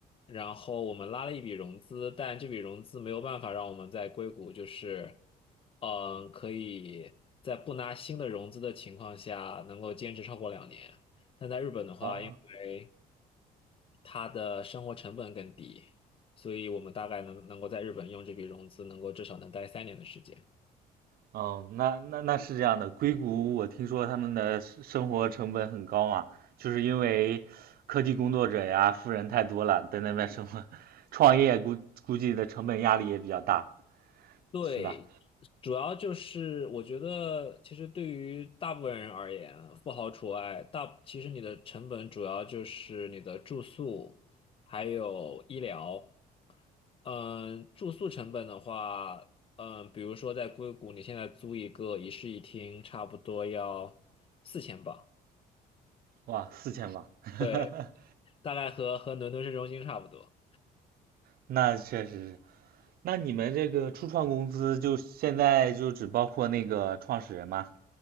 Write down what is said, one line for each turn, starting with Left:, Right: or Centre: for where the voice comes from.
Left: 然后我们拉了一笔融资，但这笔融资没有办法让我们在硅谷就是嗯、呃可以在不拿新的融资的情况下能够坚持超过两年。但在日本的话，
Right: 哦
Left: 因为它的生活成本更低，所以我们大概能能够在日本用这笔融资，能够至少能待三年的时间。
Right: 哦，那那那是这样的，硅谷我听说他们的生生活成本很高嘛，就是因为科技工作者呀，富人太多了，在那边生活，<laughs> 创业估估计的成本压力也比较大，
Left: 对，
Right: 是吧？
Left: 主要就是我觉得，其实对于大部分人而言，富豪除外，大其实你的成本主要就是你的住宿，还有医疗。嗯，住宿成本的话，嗯，比如说在硅谷，你现在租一个一室一厅，差不多要四千镑。
Right: 哇，四千吧，<laughs>
Left: 对，大概和和伦敦市中心差不多。
Right: 那确实是。那你们这个初创公司就现在就只包括那个创始人吗？